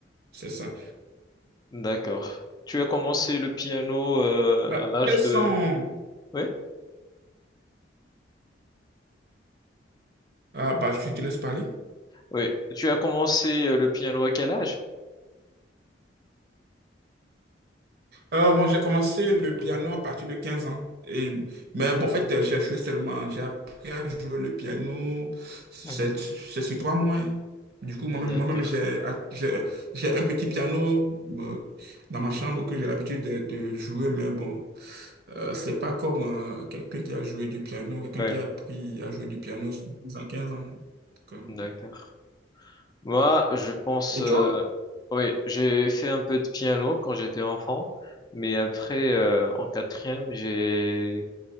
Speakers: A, on the right; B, on the left.
A: c'est ça.
B: D'accord. Tu as commencé le piano euh,
A: Bah,
B: à l'âge
A: quels
B: de...
A: sont...
B: Oui?
A: Ah, bah, je te laisse parler.
B: Oui. Tu as commencé euh, le piano à quel âge?
A: Euh, moi, j'ai commencé le piano à partir de 15 ans. Et, mais bon, en fait, euh, j'ai joué seulement, j'ai appris à jouer le piano, c'est
B: Mhm.
A: c'est sur trois mois. hein. Du coup, moi-même,
B: D'accord.
A: moi-même, j'ai j'ai- j'ai un petit piano euh, dans ma chambre que j'ai l'habitude de, de jouer, mais bon, euh, c'est pas comme euh, quelqu'un qui a joué du piano, quelqu'un
B: Oui.
A: qui a appris à jouer du piano dans 15 ans. Donc, euh,
B: D'accord. Moi, je pense...
A: Et
B: euh,
A: toi?
B: Oui, j'ai fait un peu de piano quand j'étais enfant, mais après, euh, en quatrième, j'ai